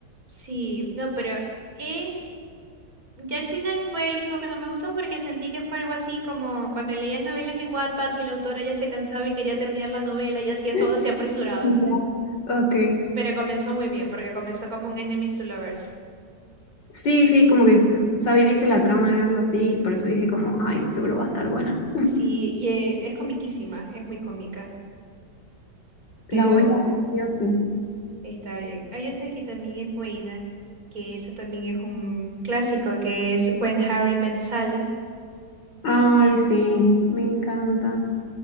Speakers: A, on the right; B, on the left.
A: Sí, no, pero es Ya al final fue el único que no me gustó porque sentí que fue algo así como cuando leías novelas en Wattpad y la autora ya se cansaba y quería terminar la novela y hacía
B: <laughs>
A: todo así apresurado.
B: Ya. Ok,
A: Pero comenzó muy bien porque comenzó como un Enemies to Lovers.
B: Sí, sí, como que sabía que la trama era algo así y por eso dije como, ay, seguro va a estar buena.
A: Sí, y eh, es comiquísima, es muy cómica, pero
B: La voy a ver sí o sí.
A: está bien. Hay otra que también es buena, que esa también es un clásico, que es When Harry Met Sally.
B: Ay, sí, me encanta.